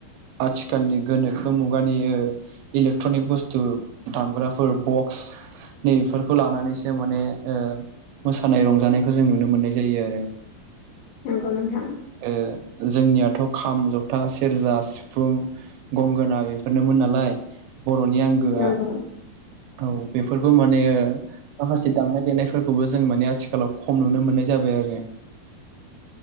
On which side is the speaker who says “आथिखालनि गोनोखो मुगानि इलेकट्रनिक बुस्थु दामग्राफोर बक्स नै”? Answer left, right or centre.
Right